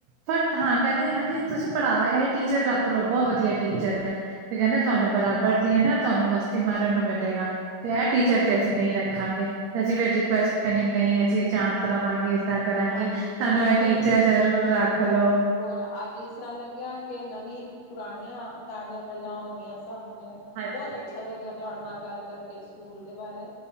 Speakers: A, on the right; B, on the left.
A: ਫਟ ਹਾਂ ਕੈਦੇ ਹਾਂਜੀ
B: ਹਾਂ
A: ਤੁਸੀਂ। ਪੜ੍ਹਾ ਏ ਟੀਚਰ ਰੱਖ ਲੋ ਬੋ ਵਧੀਆ ਟੀਚਰ ਐ ਤੇ ਕੈਂਦੇ ਤੁਹਾਡੇ
B: ਹਾਂਜੀ
A: ਬਰਾਬਰ ਦੀਆਂ ਨਾ ਤੁਹਾਨੂੰ ਮਸ। ਮਸਤੀ ਮਾਰਨ ਨੂੰ ਮਿਲੇਗਾ ਤੇ ਐ ਟੀਚਰ
B: ਹਾਂਜੀ
A: ਤੇ ਅਸੀਂ ਨਈ ਰੱ ਖਾਂਗੇ ਤੇ ਅਸੀਂ ਫਿਰ ਰਿਕੁਐਸ ਕਰਨੀ ਨਈ ਅਸੀਂ ਅਚਾਂਤ ਰਵਾਂਗੇ ਏਦਾਂ। ਕਰਾਂਗੇ
B: ਹਾਂਜੀ
A: ਸਾਨੂੰ
B: ਬਿਲਕੁਲ
A: ਏ ਟੀਚਰ
B: ਬਿਲਕੁਲ
A: ਜ਼ਰੂਰ ਰੱਖ ਲੋ।
B: ਹੋਰ ਅੱਜ ਇਸ ਤਰ੍ਹਾਂ ਲੱਗਿਆ ਕਿ ਨਵੀਂ ਪੁਰਾਣੀਆਂ ਤਾਜ਼ਾ ਗੱਲਾਂ ਹੋਗੀਆਂ ਸਾਮਣੇ
A: ਹਾਂਜੀ
B: ਬੋਤ ਅੱਛਾ ਲੱਗਿਆ ਤੁਹਾਡੇ ਨਾਲ ਗੱਲ ਕਰਕੇ ਸਕੂਲ ਦੇ ਬਾਰੇ।